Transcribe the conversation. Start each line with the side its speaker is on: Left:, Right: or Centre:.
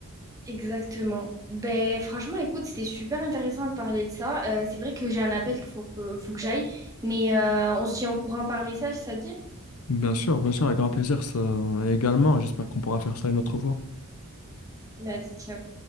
Right: Exactement. Ben, franchement, écoute, c'était super intéressant de parler de ça. Euh, c'est vrai que j'ai un appel qu'il faut que, faut que j'aille, mais euh, on se tient au courant par message, ça te dit?
Left: Bien sûr, bien sûr, avec grand plaisir. ça- également, j'espère qu'on pourra faire ça une autre fois.
Right: Vas-y, ciao.